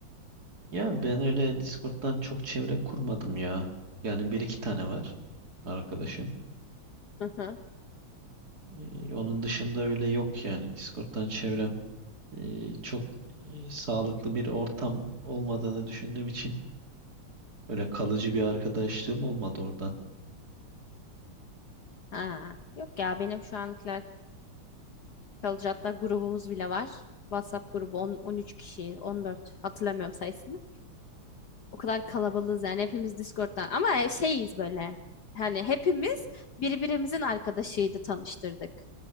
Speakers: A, on the right; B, on the left.
A: Ya ben öyle Discord'dan çok çevre kurmadım ya. Yani bir iki tane var arkadaşım.
B: Hı hı.
A: Ee, onun dışında öyle yok yani. Discord'dan çevrem ee, çok ee, sağlıklı bir ortam olmadığını düşündüğüm için öyle kalıcı bir arkadaşlığım olmadı oradan.
B: Ha. Yok ya benim şu ankiler kalıcı hatta grubumuz bile var. WhatsApp grubu 10, 13 kişi, 14 hatırlamıyorum sayısını. O kadar kalabalığız yani hepimiz Discord'dan ama şeyiz böyle. Hani hepimiz birbirimizin arkadaşıydı tanıştırdık.